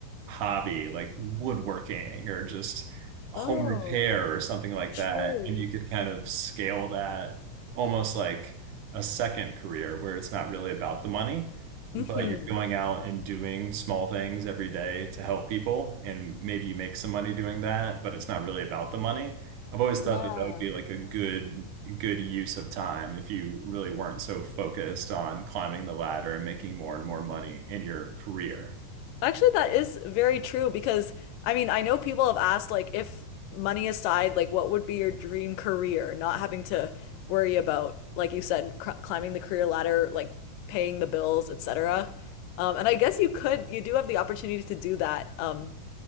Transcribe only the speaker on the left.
Oh,
true.
hmm
Yeah.
Actually, that is very true because I mean, I know people have asked like if money aside, like what would be your dream career, not having to worry about, like you said, cr climbing the career ladder, like paying the bills, etc. Um, and I guess you could, you do have the opportunity to do that um,